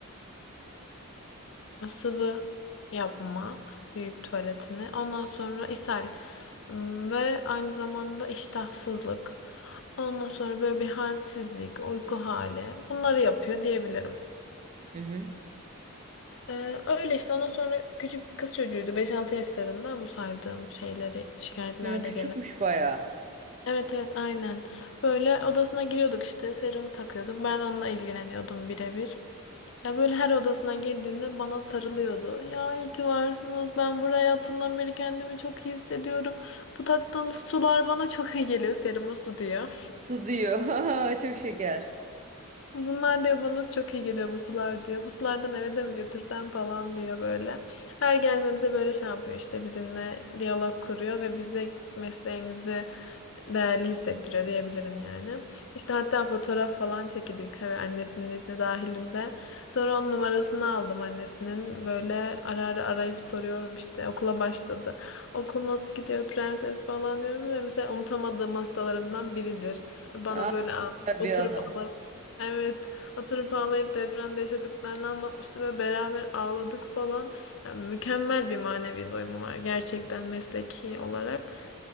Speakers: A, on the left; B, on the right.
A: tuvalı yama büyületini, Ondan sonra ishal, ım, zamanda iştahsızlık, ondan sonra bir halsizlik, uyku hali bunları yapıyor diyebilirim.
B: Hı hı.
A: Ee, öyle işte ondan sonra küçük bir kız çocuğuydu beş altı yaşlarında bu saydığım şeyleri şikayetlerde
B: Hı, küçükmüş
A: gelen.
B: bayağı.
A: Evet evet aynen. Böyle odasına giriyorduk işte serumu takıyorduk. Ben onunla ilgileniyordum birebir. Ya böyle her odasına girdiğinde bana sarılıyordu. Ya iyi ki varsınız. Ben buraya hayatımdan beri kendimi çok iyi hissediyorum. Bu taktığınız sular bana çok iyi geliyor. Serumu su diyor.
B: Su diyor. <laughs> Çok şeker.
A: Bunlar diyor bana çok iyi geliyor bu sular diyor. Bu sulardan eve de mi götürsem falan diyor böyle. Her gelmemize böyle şey yapıyor işte bizimle diyalog kuruyor ve bize mesleğimizi değerli hissettiriyor diyebilirim yani. İşte hatta fotoğraf falan çekildik tabii annesinin izni dahilinde. Sonra onun numarasını aldım annesinin. Böyle ara ara arayıp soruyorum işte okula başladı. Okul nasıl gidiyor prenses falan diyorum ve mesela unutamadığım hastalarımdan biridir. Bana
B: Aa,
A: böyle a- oturup
B: bir ana.
A: ağlayıp evet oturup ağlayıp depremde yaşadıklarını anlatmıştı ve beraber ağladık falan. Yani mükemmel bir manevi doyumu var gerçekten mesleki olarak.